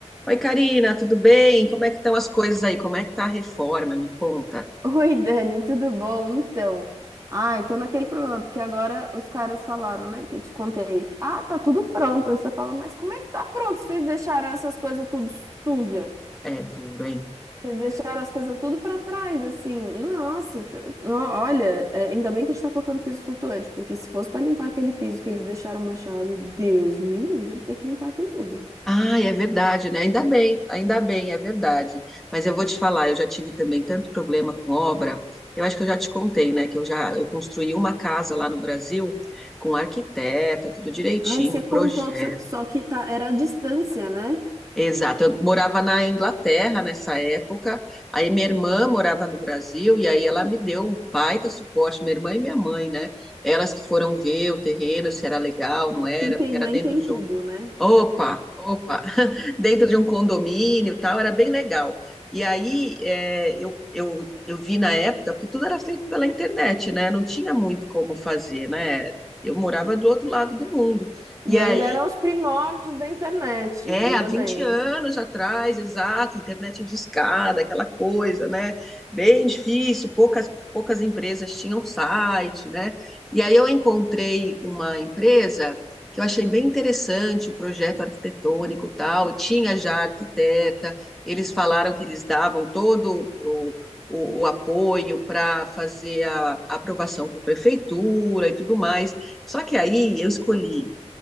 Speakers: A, in the centre; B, on the right.
A: Oi, Karina, tudo bem? Como é que estão as coisas aí? Como é que tá a reforma? Me conta.
B: Oi, Dani, tudo bom? Então, ai, tô naquele problema, porque agora os caras falaram, né, que eu te contei. Ah, tá tudo pronto. Aí você fala, mas como é que tá pronto? Vocês deixaram essas coisas tudo suja?
A: É duro, hein?
B: Vocês deixaram as coisas tudo pra trás, assim. Nossa, t- no- olha, é, ainda bem que a gente tá colocando piso flutuante, porque se fosse pra limpar aquele piso que eles deixaram manchado, Deus me livre ter que limpar aquilo tudo.
A: Ah, é verdade, né? Ainda bem, ainda bem, é verdade. Mas eu vou te falar, eu já tive também tanto problema com obra. Eu acho que eu já te contei, né? Que eu já eu construí uma casa lá no Brasil com arquiteta, tudo direitinho,
B: Ai, você
A: projeto.
B: contou que você- só que tá, era a distância, né?
A: Exato. Eu morava na Inglaterra nessa época. Aí minha irmã morava no Brasil e aí ela me deu um baita suporte, minha irmã e minha mãe, né? Elas que foram ver o terreno, se era legal, não era,
B: Quem tem
A: porque era
B: mãe
A: dentro
B: tem
A: de
B: tudo,
A: um
B: né?
A: Opa, opa, <laughs> dentro de um condomínio e tal, era bem legal. E aí é, eu, eu, eu vi na época, porque tudo era feito pela internet, né? Não tinha muito como fazer, né? Eu morava do outro lado do mundo. E
B: E
A: aí
B: ainda eram os primórdios da internet,
A: é,
B: veja
A: há 20
B: bem.
A: anos atrás, exato, internet discada, aquela coisa, né? Bem difícil, poucas, poucas empresas tinham site, né? E aí eu encontrei uma empresa que eu achei bem interessante, o projeto arquitetônico e tal, tinha já arquiteta, eles falaram que eles davam todo o, o, o apoio para fazer a aprovação com a prefeitura e tudo mais. Só que aí eu escolhi